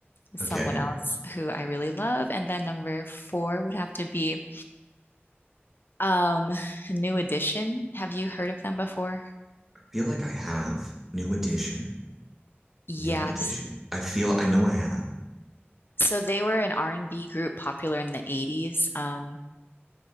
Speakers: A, on the left; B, in the centre.
A: is
B: Okay.
A: someone else who I really love. And then number four would have to be um New Edition. Have you heard of them before?
B: I feel like I have. New edition.
A: Yes.
B: New edition. I feel I know I have.
A: So they were an R&B group popular in the 80s. Um,